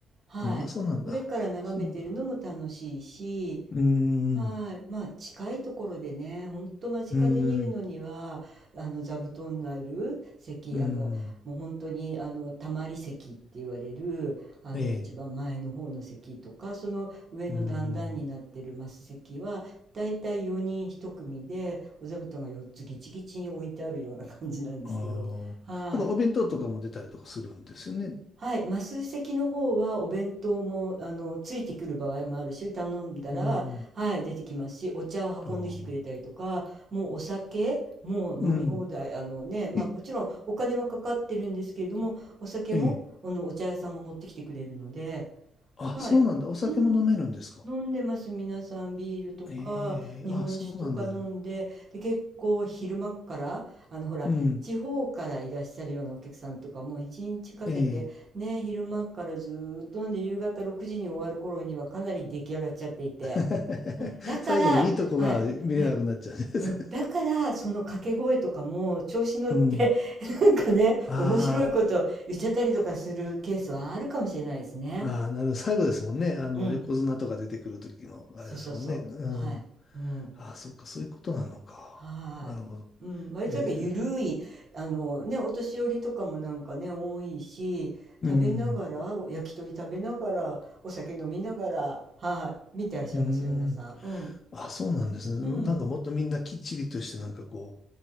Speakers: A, on the right; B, on the left.
A: はい。
B: ああ、そうなんだ。
A: 上から眺めてるのも楽しいし、
B: そうなんだ。うー
A: はい。
B: ん、
A: まあ、近いところでね、ほんと間近で見るのには、
B: うーん、
A: あの、座布団のある席、
B: うーん、
A: あの、もう本当に、あの、たまり席って言われる、あの、
B: ええ、
A: 一番前の方の席とか、その上の段々になってるマス席は、
B: うーん。
A: だいたい4人一組で、お座布団が4つギチギチに置いてあるような感じなんですけど、
B: ああ、
A: はい。
B: なんかお弁当とかも出たりとかするんですよね。
A: はい、マス席の方はお弁当も、あの、ついてくる場合もあるし、頼んだら、
B: うん。
A: はい、出てきますし、お茶を運んできてくれたりとか、
B: ああ、
A: もうお酒、もう飲み放題、
B: うん。
A: あのね、まあもちろんお金はかかってるんですけれども、
B: え、
A: お酒も、
B: ええ。
A: あの、お茶屋さんが持ってきてくれるので、
B: あ、
A: はい。
B: そうなんだ。お酒も飲めるんですか。
A: うん飲んでます、皆さん。ビールとか、
B: ええ、
A: 日本酒とか飲んで、
B: あ、そうなんだよ。
A: で、結構昼間っから、あの、ほら、
B: うん。
A: 地方からいらっしゃるようなお客さんとか、もう一日かけて、
B: ええ。
A: ね、昼間っからずーっと飲んで、夕方6時に終わる頃にはかなり出来上がっちゃっていて。
B: <laughs>
A: うん、だから、
B: 最後のいいとこが見れなくなっちゃうんです。
A: はい、いや、うん、だから、その掛け声とかも、調子乗って
B: <laughs> うん。
A: <laughs>、なんかね、
B: あ
A: 面白いこと言っちゃったりとかするケースはあるかもしれないですね。
B: あ、ああ、なるほど。最後ですもんね。あの、
A: うん、
B: 横綱とか出てくる時の、
A: そうそうそう。
B: あれですもんね。うん。
A: はい。うん。
B: ああ、そっか、そういうことなのか。
A: はい。
B: なるほど。
A: うん、割となんか緩い、
B: ええ、
A: あのね、お年寄りとかもなんかね、多いし、
B: うん。
A: 食べながら、お焼き鳥食べながら、お酒飲みながら、はい、見てらっしゃいますよ、
B: う
A: 皆さん。
B: ん。
A: うん。
B: あ、そうなんですね。
A: うん。
B: なんかもっとみんなきっちりとして、なんかこ